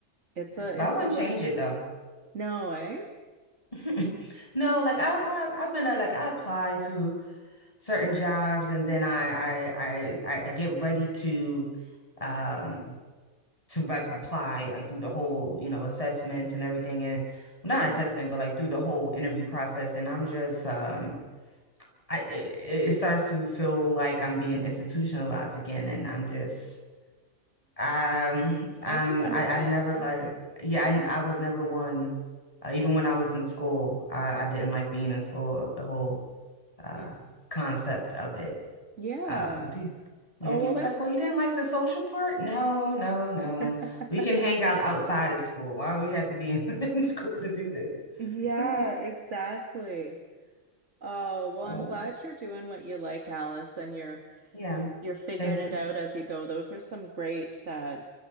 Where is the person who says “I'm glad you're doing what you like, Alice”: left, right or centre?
Right